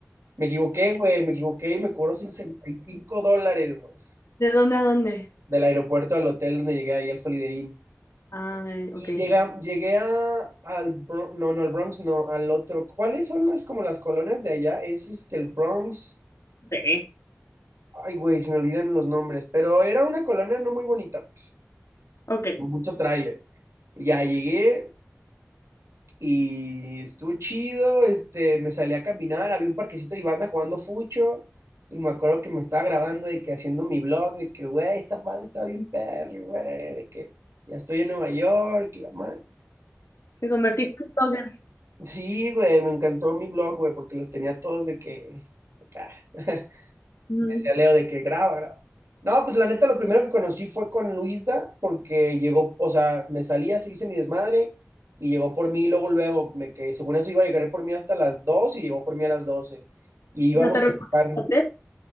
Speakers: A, on the right; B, on the left.
A: me equivoqué, güey, me equivoqué y me cobró 65 dólares, güey,
B: ¿De dónde a dónde?
A: del aeropuerto al hotel donde llegué ahí al Holiday Inn.
B: Ah, eh,
A: Y
B: ok.
A: llega, llegué a, al Bronx, no, no, al Bronx, no, al otro. ¿Cuáles son las como las colonias de allá? Es este, el Bronx.
B: Sí,
A: Ay, güey, se me olvidan los nombres, pero era una colonia no muy bonita, pues,
B: ok.
A: con mucho tráiler. Y ya llegué y estuvo chido, este, me salí a caminar, había un parquecito y banda jugando fucho. Y me acuerdo que me estaba grabando de que haciendo mi blog, de que, güey, esta madre está bien perro, güey, de que ya estoy en Nueva York y la madre.
B: Te convertiste en blogger.
A: Sí, güey, me encantó mi blog, güey, porque los tenía todos de que... acá. <laughs>
B: Ujú.
A: Me decía Leo de que graba, graba. No, pues la neta, lo primero que conocí fue con Luisda, porque llegó, o sea, me salía, se hice mi desmadre, y llegó por mí, y luego, luego, me, que según eso iba a llegar por mí hasta las 2 y llegó por mí a las doce Y íbamos
B: O sea, te recorres
A: a tocar.
B: el hotel.